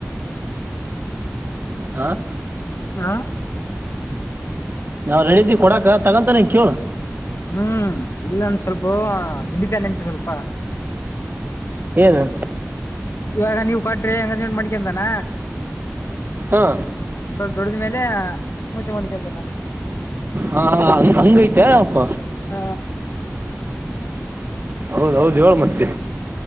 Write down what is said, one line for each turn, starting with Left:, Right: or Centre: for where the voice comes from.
Right: ಹಾ
Left: ಆಾ
Right: ನಾವ್ ರೆಡಿದಿ ಕೊಡಕ ತಗಂತ ನೀನ್ ಕೇಳು
Left: ಹ್ಮ್ ಇಲ್ಲ ಸ್ವಲ್ಪ ಬಿಡಿತನೆ ಎಂತ ಸ್ವಲ್ಪ
Right: ಏನು
Left: ಇವಾಗ ನೀವ್ ಕಟ್ರೆ ಅಂಗೇಜ್ಮೆಂಟ್ ಮಾಡಡಿಕಂತಾನ
Right: ಹಾ
Left: ಸಲ್ ದೊಡದ ಮೇಲೆ ಇ ಮುಜ ಮಣಿಕಂಬನ
Right: ಹಾ ಹಂಗ ಹಂಗೈತೆ ಅಪ್ಪ
Left: ಹ
Right: ಹೌದೌದು ಏಳು ಮತ್ತೆ